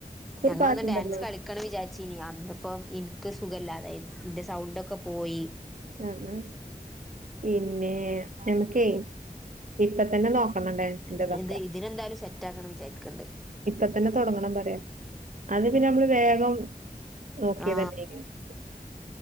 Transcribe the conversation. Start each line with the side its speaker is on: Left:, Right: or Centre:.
Right: ഒരു
Centre: ഞങ്ങളന്നു
Right: പാട്ടുണ്ടല്ലോ
Centre: ഡാൻസ് കളിക്ക വിചാരിച്ചീനി അന്ന്‌പ്പോ ഇൻ ക്ക് സുഖല്ലാതായിനി ന്റെ സൗണ്ടൊക്കെ പോയി
Right: ആ ആ പിന്നെ നമുക്കെ ഇപ്പ തന്നെ നോക്ക <unintelligible>
Centre: ഇങ്ങ- ഇത് ഇതിനെന്തായാലും സെറ്റാക്കണം വിചാരിക്കുന്നുണ്ട്
Right: ഇപ്പത്തന്നെ തൊട്ങ്ങണംന്ന്പറയാ അന്ന് പിന്നെ നമ്മൾ വേഗം നോക്കീത
Centre: ആ
Right: <unintelligible>